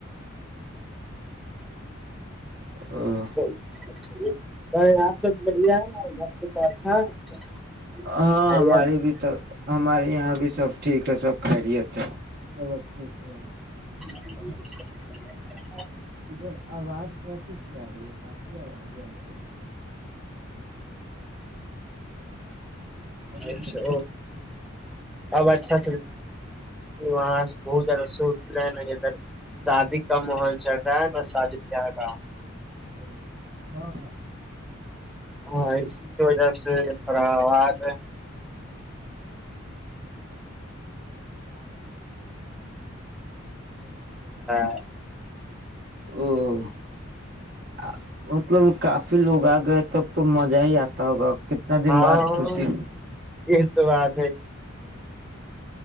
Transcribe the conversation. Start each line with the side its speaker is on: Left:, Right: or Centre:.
Centre: <inaudible>
Right: ہے ہاں ہمارے بھی تو ہمارے یہاں بھی سب ٹھیک ہے سب خیریت ہیں سب اچھے سے
Centre: <inaudible>
Right: ادھر آواز کیسیز کی آ رہی ہے کای آوازیں آ رہی ہے <inaudible>
Centre: اچھا
Right: بھی آ رہی
Centre: اب اچھا وہاں سے بہت زیادہ شور بھی رہا ن ادھر شادی کا ماحول چل رہا ہے نہ شادی بیاہ کا
Right: <inaudible> ہاں ہاں
Centre: ہاں اس کی وجہ سے خراب <inaudible> <inaudible>
Right: او <inaudible> کافی لوگ آ گئے تب تو مزہ ہی آتا ہوگا کتنا دن
Centre: ہاں
Right: بعد خوشی
Centre: یہ تو ہے